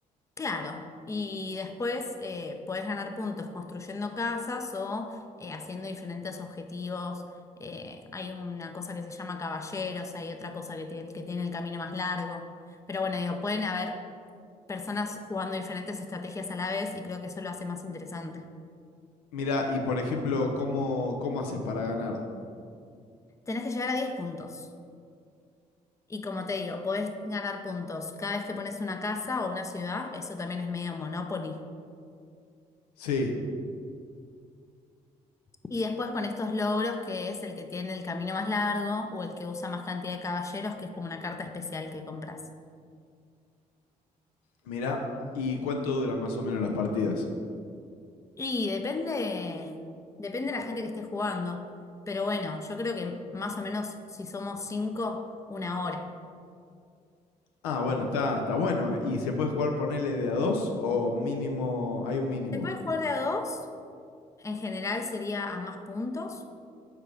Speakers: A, on the left (about 15°); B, on the left (about 75°).
A: Claro, y después eh, puedes ganar puntos construyendo casas o eh, haciendo diferentes objetivos. Eh, hay una cosa que se llama caballeros, hay otra cosa que tiene, que tiene el camino más largo. Pero bueno, digo, pueden haber personas jugando diferentes estrategias a la vez y creo que eso lo hace más interesante.
B: Mirá, y por ejemplo, ¿cómo, cómo haces para ganar?
A: Tenés que llegar a 10 puntos. Y como te digo, podés ganar puntos cada vez que pones una casa o una ciudad. Eso también es medio Monopoly.
B: Sí,
A: Y después con estos logros, que es el que tiene el camino más largo o el que usa más cantidad de caballeros, que es como una carta especial que compras.
B: mirá, ¿y cuánto duran más o menos las partidas?
A: Y depende, depende de la gente que esté jugando. Pero bueno, yo creo que más o menos si somos cinco, una hora.
B: Ah, bueno, está, está bueno. ¿Y se puede jugar ponele de a dos o mínimo, hay un mínimo?
A: Se puede jugar de a dos, en general sería a más puntos,